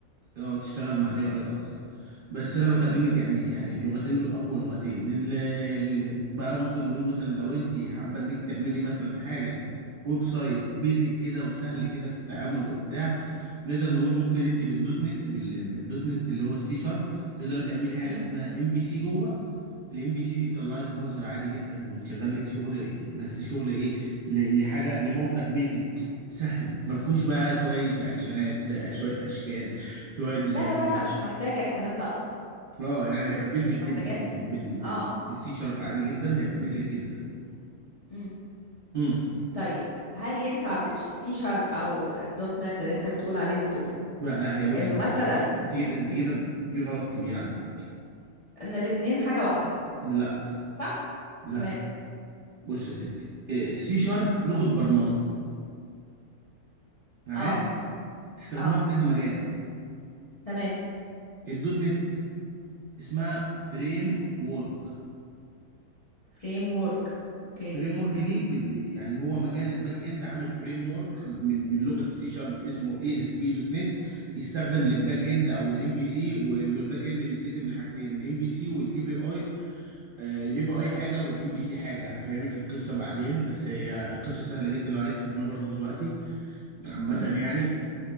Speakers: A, on the right (about 85°); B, on the left (about 55°).
A: اه تشتغل مع الاي اي اكتر بس انا بكلمك
B: امم
A: يعني يعني اللغتين دول اقوى لغتين اللي اللي بقى ممكن نقول مثلا لو انت حابه انك تعملي مثلا حاجه ويب سايت بيزك كده وسهل كده في التعامل وبتاع نقدر نقول ممكن انت بالدوت نت بال- بالدوت نت اللي هو السي شارب تقدري تعملي حاجه
B: امم
A: اسمها ام في سي جوه الام في سي دي تطلع لك مظهر عادي جدا وتشغل لك شغل بس شغل ايه ل- لحاجه لموقع بيزك سهل ما فيهوش بقى شويه رياكشنات آه، شويه اشكال شويه ديزاين
B: لا لا لا انا مش محتاجة الكلام ده اصلا
A: اه يعني هيبقى بيزك
B: مش
A: جدا
B: محتاجاه
A: ب- بال بال-
B: اه اه
A: بالسي شارب عادي جدا هيبقى بيزك جدا
B: امم
A: امم
B: طيب هل ينفع بالسي شارب او الدوت نت اللي انت بتقول عليهم دول
A: لا لا هي بص
B: انه
A: بص
B: مثلا
A: بص انت كده انت
B: امم
A: كده في غلط كبير عندك
B: ان الاتنين حاجة واحدة
A: لا
B: صح
A: لا
B: مال
A: بص يا ستي السي شارب لغه برمجه معايا
B: اه
A: تستخدمها
B: اه
A: في كذا مجال
B: تمام
A: الدوت نت اسمها فريم وورك
B: فريم ورك اوكي
A: فريم وورك دي بت... يعني هو مجال الباك اند عامل فريم وورك من من لغه السي شارب اسمه اي اس بي دوت نت يستخدم للباك اند او الام في سي والباك اند بيتقسم لحاجتين الام في سي والاي بي اي الاي بي اي حاجه والام في سي حاجه هفهمك القصه بعدين بس هي القصه سهله جدا لو عايز تفهمها برضو دلوقتي عامه
B: مم.
A: يعني